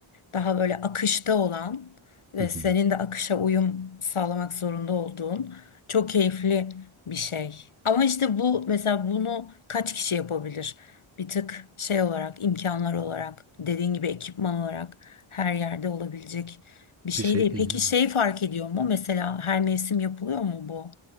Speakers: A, on the left (about 90°); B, on the right (about 30°).
A: daha böyle akışta olan ve
B: hı hı.
A: senin de akışa uyum sağlamak zorunda olduğun çok keyifli bir şey. Ama işte bu mesela bunu kaç kişi yapabilir? Bir tık şey olarak, imkanlar olarak, dediğin gibi ekipman olarak her yerde olabilecek bir şey
B: Bir şey
A: değil.
B: değil
A: Peki
B: ama.
A: şey fark ediyor mu? Mesela her mevsim yapılıyor mu bu?